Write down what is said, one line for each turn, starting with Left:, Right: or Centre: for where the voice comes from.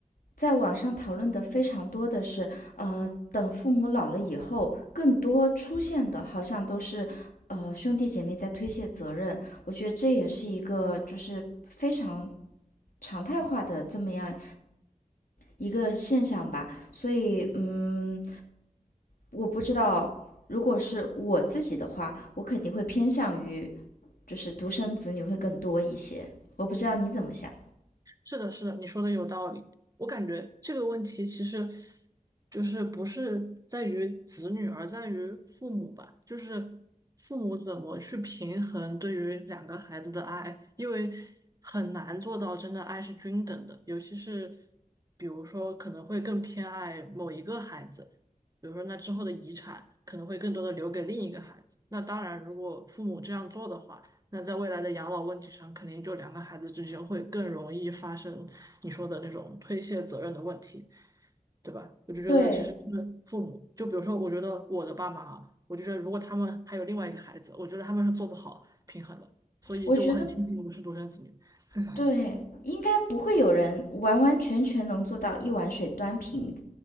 Left: 在网上讨论的非常多的是，呃，等父母老了以后，更多出现的好像都是，呃，兄弟姐妹在推卸责任。我觉得这也是一个就是非常常态化的这么样一个现象吧。所以，嗯，我不知道，如果是我自己的话，我肯定会偏向于就是独生子女会更多一些。我不知道你怎么想。
Right: 是的，是的，你说的有道理。我感觉这个问题其实就是不是在于子女，而在于父母吧，就是父母怎么去平衡对于两个孩子的爱，因为很难做到真的爱是均等的，尤其是比如说可能会更偏爱某一个孩子，比如说那之后的遗产可能会更多的留给另一个孩子。那当然，如果父母这样做的话。那在未来的养老问题上，肯定就两个孩子之间会更容易发生你说的那种推卸责任的问题，对吧？我就觉得其实他们父母，
Left: 对，
Right: 就比如说，我觉得我的爸妈啊，我就觉得如果他们还有另外一个孩子，我觉得他们是做不好平衡的，所以就我很庆幸我是独生子女。
Left: 我觉得
Right: <laughs>
Left: 对，应该不会有人完完全全能做到一碗水端平，